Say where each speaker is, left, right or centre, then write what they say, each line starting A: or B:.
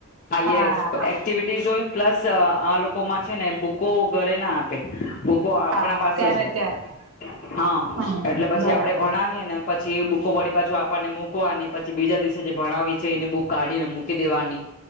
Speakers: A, on the left; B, on the right.
A: આઈએસ
B: હા
A: એક્ટિવિટીસ હોય પ્લસ આ લોકોમાં છે ને બુકો ઘરે ના આપે, હૂકો
B: હા
A: આપણા
B: હા
A: પાસે
B: ત્યાં
A: જ હોય
B: ને ત્યાં
A: હા,
B: હમ
A: એટલે પછી
B: બરાબર
A: આપડે ભણાવીએને પછી એ બુકો વળી પાછો આપવાને મૂકવાની પછી બીજા દિવસે જે ભણાવી છે એની બુક કાઢી ને મૂકી દેવાની